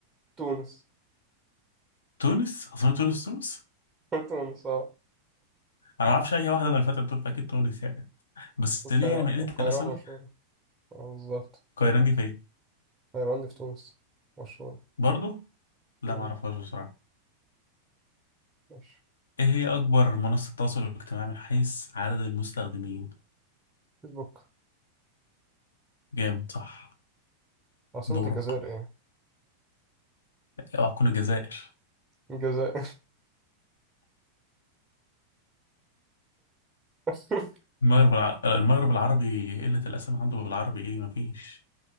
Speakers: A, on the right; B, on the left.
A: تونس
B: تونس أصلا تونس تونس
A: <laughs> تونس اه
B: أنا ما أعرفش أي واحدة من الفترة دول فأكيد تونس يعني بس
A: القيروان
B: ليه يعني من قلة
A: القيروان
B: الأسامي
A: مشهورة اه بالظبط
B: القاهرة دي فين
A: القيروان دي في تونس مشهورة
B: برضه لا
A: مم.
B: ما أعرفهاش بصراحة
A: ماشي
B: إيه هي أكبر منصة تواصل اجتماعي من حيث عدد المستخدمين
A: فيسبوك
B: جامد صح
A: عاصمة
B: دورك
A: الجزائر ايه؟
B: اه هتكون الجزائر
A: الجزائر <laughs>
B: المغرب الع... المغرب العربي قلة الأسامي عنده بالعربي إيه مفيش